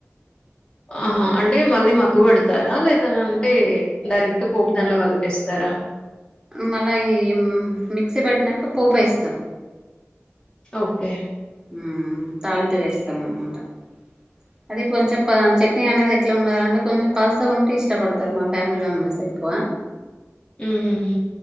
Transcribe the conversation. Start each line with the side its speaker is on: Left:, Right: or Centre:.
Left: ఆహా అంటే మళ్ళీ మగ్గు పెడతారా లేదనంటే డైరెక్ట్ పోపు దాన్లో కలిపేస్తారా
Right: మళ్ళా ఈ మిక్సీ పట్టినంక పోపేస్తాం
Left: ఓకే
Right: ఉమ్ తాళింపు వేస్ <unintelligible> అది కొంచెం పి చట్నీ అనేది ఎట్ల ఉండాలంటే కొంచెం పల్సగుంటే ఇష్టపడతారు మా ఫ్యామిలీ మెంబెర్స్ ఎక్కువ
Left: హూ హూ హు